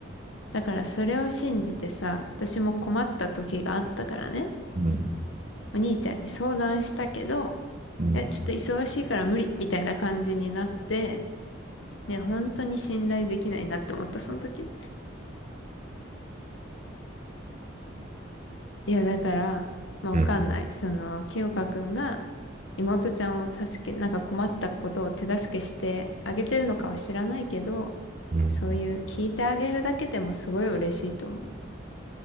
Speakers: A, on the left (about 80°); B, on the right (about 40°).
A: だからそれを信じてさ、私も困った時があったからね、
B: うん。
A: お兄ちゃんに相談したけど、
B: うん。
A: いや、ちょっと忙しいから無理みたいな感じになって、いや、本当に信頼できないなって思った、その時。いや、だから、まあ、
B: うん。
A: わかんない。その、清香くんが妹ちゃんを助け、なんか困ったことを手助けしてあげてるのかは知らないけど、
B: うん。
A: そういう聞いてあげるだけでもすごい嬉しいと思う。